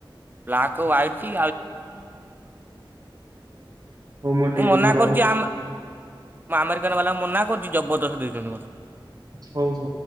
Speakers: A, on the right; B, on the right.
A: ବ୍ଲାକ୍ ଓ୍ଇଟି
B: ହଉ ହଉ ହଉ ମୋର ଟିକେ
A: ମନା
B: ମୁଁ
A: କରୁଛି
B: ରହୁ
A: ଆମ ମୁଁ ଆମେରିକାନ ବାଲା କୁ ମନା କରୁଛି ଜବରଦସ୍ତ ଦେଇଛନ୍ତି ମତେ।
B: ହଉ ହଉ।